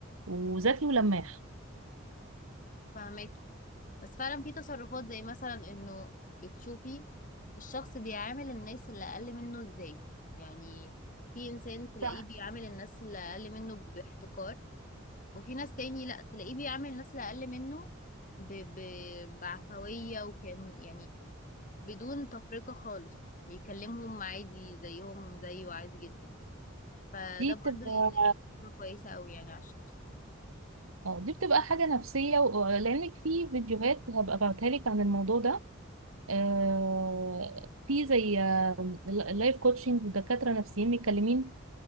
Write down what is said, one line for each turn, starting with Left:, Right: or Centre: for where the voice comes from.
Right: وذكي ولماح
Left: فاهماكي بس فعلا في تصرفات زي مثلا انه بتشوفي الشخص بيعامل الناس اللي اقل منه ازاي يعني في انسان تلاقيه
Right: صح
Left: بيعامل الناس اللي اقل منه باحتقار وفي ناس تاني لا تلاقيه بيعامل الناس اللي اقل منه ب... ب... بعفوية وكان يعني بدون تفرقة خالص بيكلمهم عادي زيهم زيه عادي جدا فده
Right: دي
Left: برضه
Right: بتبقى
Left: يعني فكرة كويسة قوي يعني على الشخص
Right: اه دي بتبقى حاجة نفسية و... آه، لأنك في فيديوهات هبقى ابعتها لك عن الموضوع ده آه، في زي لايف كوتشنج ودكاترة نفسيين متكلمين